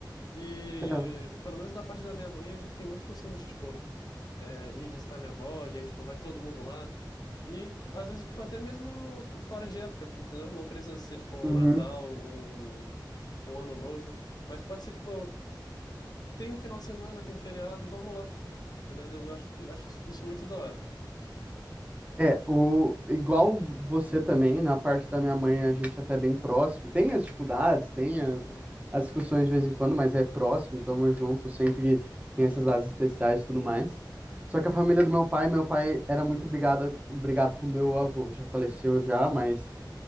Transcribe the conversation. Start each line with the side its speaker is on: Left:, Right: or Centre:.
Left: e,
Right: Então,
Left: pelo menos da parte da minha mãe, a gente tem muito costume de, tipo, é, ir visitar minha avó, e aí, tipo, vai todo mundo lá. E às vezes, tipo, até mesmo fora de época, entendeu? Não precisa ser, tipo, um
Right: uhum.
Left: Natal, um, um Ano Novo, mas pode ser, tipo, tem um final de semana, tem um feriado, vamos lá, entendeu? Eu acho, eu acho isso isso muito da hora.
Right: É, o, igual você também, na parte da minha mãe, a gente até é bem próximo. Tem as dificuldades, tem as,
Left: Uhum,
Right: as discussões de vez em quando, mas é próximo, tamo junto, sempre tem essas datas especiais e tudo mais. Só que a família do meu pai, meu pai era muito obrigado, obrigado com meu avô, já faleceu já, mas